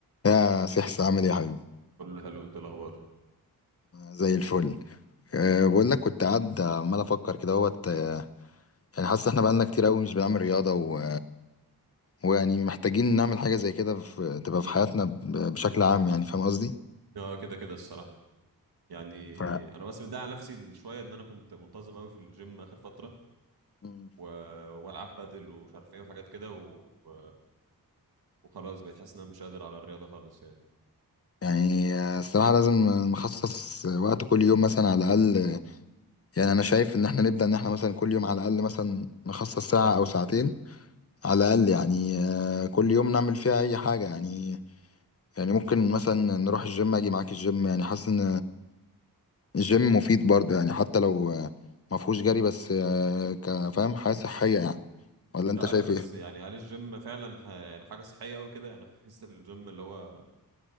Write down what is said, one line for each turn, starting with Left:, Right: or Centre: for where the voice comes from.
Left: يا سحس عامل ايه يا حبيبي
Right: كله حلو انت الاخبار
Left: زي الفل أه بقول لك كنت قاعد عمال افكر كده اهوت آه، يعني حاسس احنا بقالنا كتير قوي مش بنعمل رياضه و... ويعني محتاجين نعمل حاجه زي كده في... تبقى في حياتنا ب... بشكل عام يعني فاهم قصدي
Right: اه كده كده الصراحه يعني
Left: ف...
Right: انا بس متضايق على نفسي ان شويه ان انا كنت منتظم قوي في الجيم اخر فتره
Left: مم.
Right: و... والعب بادل ومش عارف ايه وحاجات كده و... و... وخلاص بقيت حاسس ان انا مش قادر على الرياضه خالص يعني
Left: يعني آه، الصراحه لازم نخصص وقت كل يوم مثلا على الاقل آه، يعني انا شايف ان احنا نبدا ان احنا مثلا كل يوم على الاقل مثلا نخصص ساعه او ساعتين على الاقل يعني آه، كل يوم نعمل فيها اي حاجه يعني يعني ممكن مثلا نروح الجيم اجي معاك الجيم يعني حاسس ان الجيم مفيد برضه يعني حتى لو آه، ما فيهوش جري بس آه، كفاهم حاجة صحية يعني ولا انت
Right: مش عارف
Left: شايف
Right: بس
Left: ايه
Right: يعني هل الجيم فعلا ح... يعني حاجه صحيه قوي كده يعني بحس الجيم اللي هو